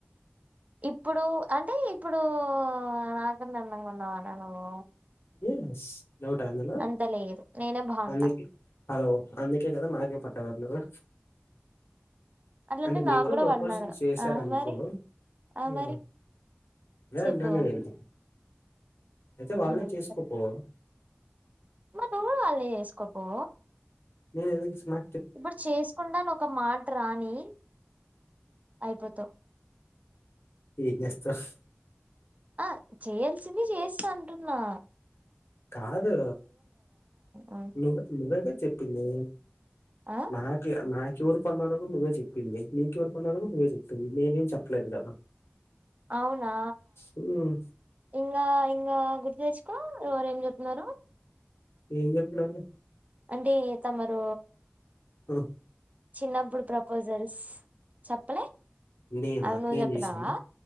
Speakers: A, on the right (about 35°); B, on the left (about 85°).
A: ఇప్పుడు అంటే ఇప్పుడు నాకంటే అందంగా ఉన్నావానా నువ్వు
B: ఉన్స్ డౌటా అందులొ
A: అంత లేదు నేనే బాగుంటా
B: అందుకే హలో అందుకేకదా నాక్ పడ్డరా అందరూ
A: అట్లంటే
B: అంటె
A: నాకు
B: మీకు
A: కూడా
B: ప్రపోసింగ్
A: పడినారు
B: సేసార్
A: ఆ
B: అన్కో
A: మరి ఆ మరి
B: అదేనాంటానా
A: చెప్పు
B: నేను ఐతే వాళ్నే
A: ఉమ్ చెప్
B: చేస్కపో
A: మరి నువ్ కుడ వాళ్నే చేస్కపో
B: మీరైయ్యేందుకు స్మా
A: ఇప్పుడు చేస్కుంట ఒక మాట్రాని అయిపోతావ్
B: ఎంచేస్తవ్
A: అ చేయాల్సింది చేస్తంటున్నా
B: కాదు
A: ఆ
B: నువ్ నువ్వైతే చెప్పింది
A: ఆ
B: మాకె మా క్యూర్ కొన్నారని కూడా నువ్వే చెప్పింది నీ క్యూర్ కొన్నారని కూడా నువ్వే చెప్పింది నేనేం చెప్పలేదు కదా
A: అవునా
B: హ్మ్.
A: ఇంగా ఇంగా గుర్తు తెచ్చుకో ఎవరేం చెప్ నారో
B: ఏం చెప్పినాను
A: అంటే తమరూ
B: ఒ
A: చిన్నప్పుడు ప్రపోజల్స్ చెప్పలే
B: నేనా
A: అవి నువ్వు
B: నేన్
A: చెప్పినావా
B: చేస్ననా